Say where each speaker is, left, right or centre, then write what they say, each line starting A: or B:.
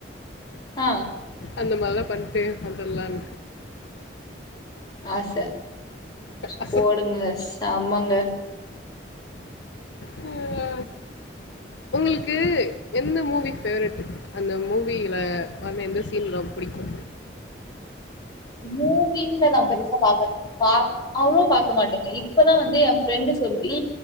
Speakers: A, on the left (about 20°); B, on the left (about 75°).
A: ஆ
B: அந்த மார்லா பண்ட்டு வந்தர்லான்
A: ஆச
B: அ
A: போடுங்க செம்மங்க
B: போங்க உங்ளுக்கு எந்த மூவி பேவரட் அந்த மூவில அதுல எந்த சீன் ரொம் புடிக்கு
A: மூவின்லா நா பெருசா பாக்க மாட் பாக் அவ்ளோ பாக்க மாட்டேங்க இப் பதா வந்து எ ஃப்ரெண்டு் சொல்லி